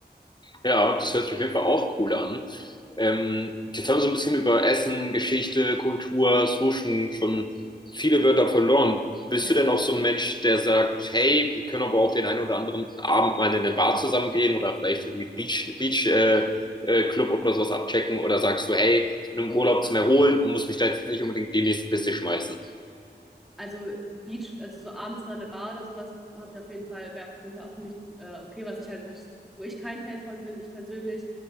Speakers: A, on the left; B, in the centre.
A: Ja, das hört sich auf jeden Fall auch cool an. Ähm, jetzt haben wir so ein bisschen über Essen, Geschichte, Kultur, so schon, schon viele Wörter verloren. Bist
B: Ja.
A: du denn auch so ein Mensch, der sagt, hey, wir können aber auch den einen oder anderen Abend mal in eine Bar zusammengehen oder vielleicht irgendwie einen Beach, Beach, äh, äh, Club oder sowas abchecken oder sagst du, hey, ich bin im Urlaub zum Erholen und muss mich da jetzt nicht unbedingt die nächste Piste schmeißen?
B: Also Beach, also so abends mal eine Bar oder sowas habe ich auf jeden Fall, wäre auf jeden Fall auch für mich äh, okay, was ich halt, wo ich, wo ich kein Fan von bin, ich persönlich,